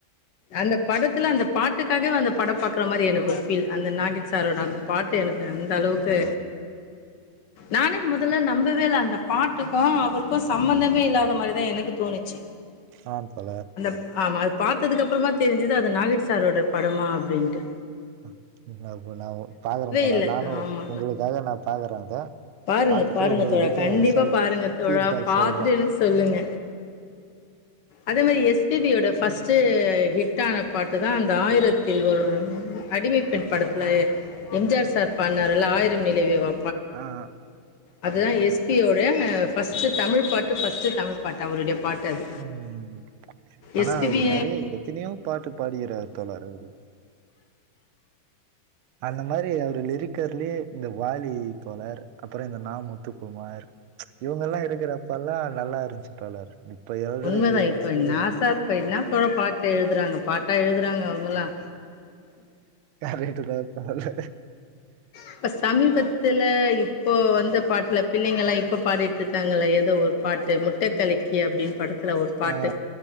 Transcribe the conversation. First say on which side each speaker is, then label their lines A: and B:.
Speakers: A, on the left; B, on the right.
A: அந்த படத்துல அந்த பாட்டுக்காகவே அந்த படம் பார்க்கற மாதிரி எனக்கு ஒரு ஃபீல் அந்த நாகேஷ் சாரோட அந்த பாட்டு எனக்கு அந்த அளவுக்கு நானே முதல்ல நம்பவே இல்லே அந்த பாட்டுக்கும் அவரு சம்பந்தமே இல்லாத மாதிரி எனக்கு தோணுச்சு
B: ஆ தோழர்
A: அந்த ஆமா அதுக்கு அப்புறமா தான் தெரிஞ்சுது அது நாகேஷ் சாரோட படமா அப்படின்ட்டு
B: ப்ப நான் பாக்குறேன் தோழர்
A: இல்ல.
B: நானும்
A: ஆமா.
B: உங்களுக்காக நான் பாக்குறேன் அத
A: பாருங்க
B: பாத்துட்டு
A: பாருங்க
B: உங்ககிட்ட
A: தோழா கண்டிப்பா
B: சொல்
A: பாருங்க தோழா
B: ஃபீட்பேக்
A: பார்த்துட்டு
B: சொல்றே
A: சொல்லுங்க அதே மாதிரி எஸ் பி பி யோட ஃபர்ஸ்ட்டு ஹிட்டான பாட்டு தான் அந்த ஆயிரத்தில் ஒரு அடிமைப்பெண் படத்தில எம்ஜிஆர் சார் பாட்ணாரில்லே ஆயிரம் நிலவே வா
B: ஆஹ்ஹா
A: அதுதான் எஸ் பி யோட ஃபர்ஸ்ட் தமிழ் பாட்டு ஃபர்ஸ்ட் தமிழ் பாட்டு அவருடைய பாட்டு அது
B: உம் ஆனா
A: எஸ்பிபி
B: அவரு நெறைய எத்தனையோ பாட்டு பாடியிருக்கிறார் தோழர் அவரு அந்த மாதிரி அவரு லிரிக் இருக்கறதிலேயே இந்த வாலி தோழர் அப்புறம் இந்த நா முத்து க்குமார் இவங்க எல்லாம் இருக்கிறப்பல்லாம் நல்லா இருந்துச்சு தோழர் இப்ப எழுதுற
A: உண்மதான்
B: லிரிக்ஸு
A: இப்ப நாசா <unintelligible> என்ன போல பாட்டு எழுதுறாங்க பாட்டாக எழுதுறாங்க அவங்களாம்
B: கரெக்டு தான் <unintelligible>
A: இப்ப சமீபத்துல இப்போ வந்த பாட்டுல பின் நீங்களெல்லாம் இப்ப பாடிட்டு இருக்காங்கல்ல ஏதோ ஒரு பாட்டு முட்ட கலக்கினு அப்படின்னு படு ஒரு பாட்டு
B: ஆ